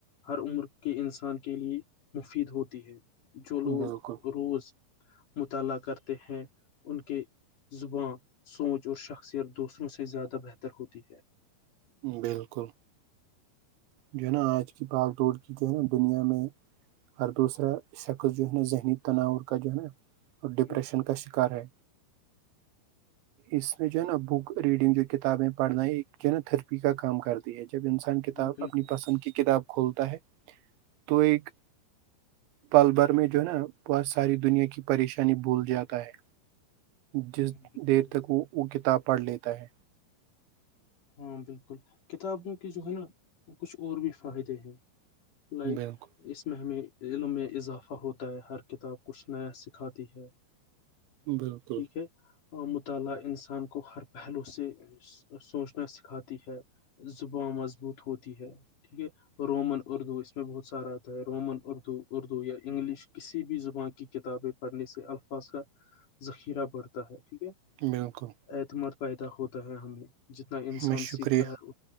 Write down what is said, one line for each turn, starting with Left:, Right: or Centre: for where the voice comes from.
Left: ہر عمر کے انسان کے لیے مفید ہوتی ہے جو لوگ
Right: بالکل
Left: روز مطالعہ کرتے ہیں ان کے زباں سوچھ اور شخصیت دوسروں سے زیادہ بہتر ہوتی ہے
Right: بالکل جو ہے نا آج کی باغ دوڑ کی جو ہے نا دنیا میں ہر دوسرا شخص جو ہے نا ذہنی تناور کا جو ہے نا اور ڈپریشن
Left: ہوں،
Right: کا شکار ہے اس میں جو ہے نا بک ریڈنگ جو کتابیں پڑھنا ہے ایک جو ہے نا تھر کا کام کرتی ہے جب انسان کتاب
Left: ہاں بالکل
Right: اپنی پسند کی کتاب کھولتا ہے تو ایک پل بھر میں جو ہے نا بہت ساری دنیا کی پریشانی بھول جاتا ہے جس
Left: ہاں بالکل
Right: دیر
Left: بھائی
Right: تک وہ وہ کتاب پڑھ لیتا ہے
Left: ہاں بالکل کتابوں کے جو ہے نا کچھ اور بھی فائدے ہیں لائک
Right: بالکل
Left: اس میں ہمیں علم میں اضافہ ہوتا ہے ہر کتاب کچھ نیا سکھاتی ہے
Right: بالکل
Left: ٹھیک ہے مطالعہ انسان کو ہر پہلو سے سوچ اپنا سکھاتی ہے زباں مضبوط ہوتی ہے ٹھیک ہے رومن اردو اس میں بہت سارا آتا ہے رومن اردو اردو یا انگلش کسی بھی زبان کی کتابیں پڑھنے سے الفاظ کا ذخیرہ بڑھتا ہے ٹھیک ہے
Right: بالکل
Left: اعتماد پیدا ہوتا ہے ہمیں جتنا انسان
Right: میں شکریہ
Left: سیکھتا ہے